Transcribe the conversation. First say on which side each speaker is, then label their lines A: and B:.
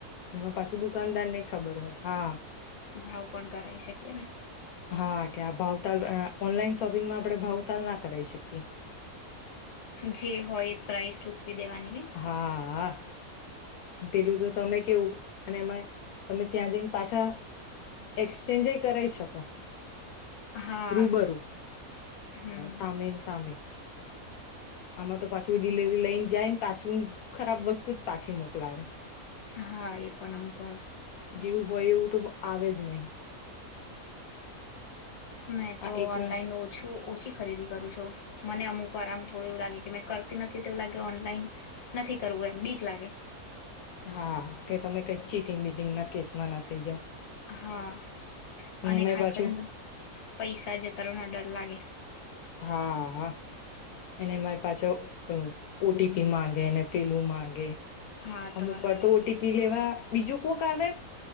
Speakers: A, on the left; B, on the left.
A: અને એમાં પાછું દુકાનદાર ને ય ખબર હોય હા
B: ભાવ પણ કરાવી શકીએ ને
A: હા ભાવતાલ ઓનલાઈન શોપિંગમાં આપડે ભાવતાલ ના કરાવી શકીએ
B: જે હોય એ પ્રાઇઝ ચૂકવી દેવાની ને
A: હા પેલું તો તમે કેવું અને એમાંય તમે ત્યાં જઈન પાછા એક્સચેન્જ એય કરાઈ શકો
B: હા
A: રૂબરૂું
B: હમ
A: સામેન સામે આમાં તો પાછું ડિલવરી લઈને જાય પાછું ખરાબ વસ્તુ જ પાછી મોકલાવે
B: હા એ પણ અમુક વાર થાય
A: જેવું
B: છે
A: હોય એવું તો આવે જ નહીં
B: મેં
A: આ
B: તો
A: એક
B: ઓનલાઈન
A: વાર
B: ઓછું ઓછી ખરીદી કરું છો મને અમુક આરામ થોડું એવું લાગે કે મે કરતી નથી તેવું લાગે ઓનલાઈન નથી કરવું એમ બીક લાગે
A: હા કે તમે કઈક ચીટિંગ બીટિંગ ના કેસમાં ના થઈ જાવ
B: હા અને
A: એમાંય
B: ખાસ
A: પાછું
B: કરીને તો પૈસા જ તરણ ડર અ લાગે
A: હા એને મારી પાછો ઓટીપી મામાંગેને પેલું માગે
B: હા
A: અમુક
B: તમારો
A: વાર
B: ફોન
A: તો ઓટીપી લેવા બીજું કોક આવે